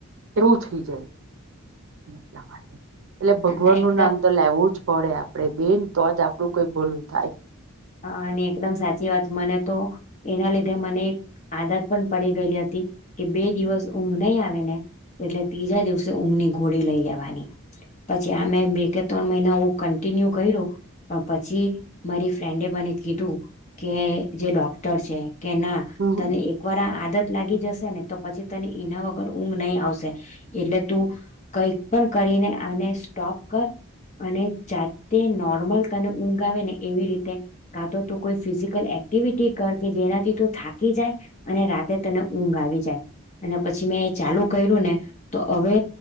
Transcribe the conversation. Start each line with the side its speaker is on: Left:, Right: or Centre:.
Right: તેવું થઈ જાય. <inaudible> એટલે ભગવાન
Left: ના એકદમ
Right: નું નામ તો લેવું જ પડે આપ તે બેન તો જ આપડું કોઈ ભોલું થાય.
Left: હંઅઅ અને એકદમ સાચી વાત. મને તો એના લીધે મને એક આદત પણ પડી ગયેલી હતી. કે બે દિવસ ઊંઘ નહી આવેને એટલે, ત્રીજા દિવસે ઊંઘની ગોડી લઈ લેવાની. પછી આ મે બે કે ત્રણ મહિના હું કન્ટિન્યુ કર્યું પણ, પછી મારી ફ્રેન્ડે મને કીધું કે, જે ડોક્ટર છે કે ના,
Right: હમ
Left: તને એકવાર આ આદત લાગી જશે <inaudible> તો પછી તને એના વગર ઊંઘ નહીં આવશે, એટલે તું કઈ પણ કરીને આને સ્ટોપ કર. અને જાતે નોર્મલ તને ઊંઘ આવે ને એવી રીતે કા તો તું કોઈ ફિઝિકલ એક્ટિવિટી કર કે, જેનાથી તું થાકી જાય. અને રાતે તને ઊંઘ આવી જાય. અને પછી મેં એ ચાલુ કર્યું ને તો હવે,